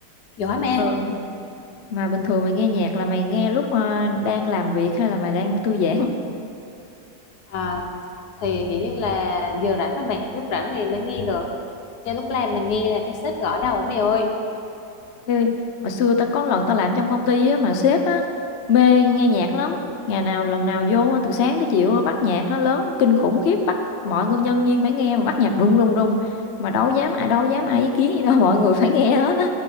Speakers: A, on the left (about 65°); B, on the left (about 80°).
A: giỏi ma
B: ừ mà bình thường mày nghe nhạc là mày nghe lúc à, đang làm việc hay là mày đang thư giãn
A: à, thì dĩ nhiên là giờ rảnh rồi mày lúc rảnh thì mới nghe được cho lúc làm mà nghe là cái sếp gõ đầu mày ơi
B: Ê, hồi xưa ta có lần ta làm trong công ty á, mà sếp á, mê nghe nhạc lắm. Ngày nào lần nào vô á, từ sáng tới chiều á, bắt nhạc nó lớn kinh khủng khiếp bắt mọi người nhân viên phải nghe mà bắt nhạc đùng đùng đùng mà đâu dám ai đâu dám ai ý kiến gì đâu <laughs> mọi người phải nghe hết á